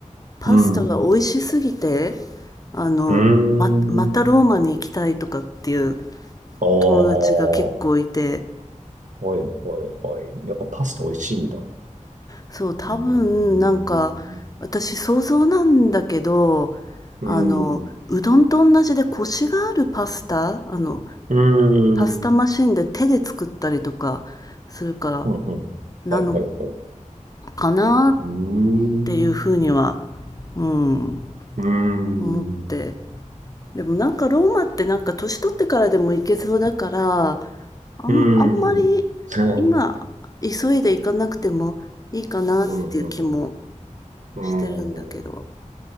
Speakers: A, on the left (about 30°); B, on the right (about 70°).
A: パスタが美味しすぎて、
B: うん、う
A: あの、
B: ーん。
A: ま、またローマに行きたいとかっていう
B: ああ、
A: 友達が結構いて、
B: はい、はい、はい。やっぱパスタ美味しいんだ。う
A: そう、多分、
B: ん
A: なんか、私想像なんだけど、
B: うん。
A: あの、
B: う
A: うどんと同じでコシがあるパスタ、あの、
B: ー
A: パスタマシンで手で作ったりとかするから、
B: ん。うんうん。
A: なの
B: はいはいはい。う
A: かなっ
B: ーん。
A: ていうふうには、うん、
B: うーん。
A: 思って。でもなんかローマってなんか年取ってからでも行けそうだから、あん、
B: うーん。
A: あんまり今急いで行かなくてもいいかなっていう気も
B: うんうんうん。
A: してるんだけど。
B: うーん。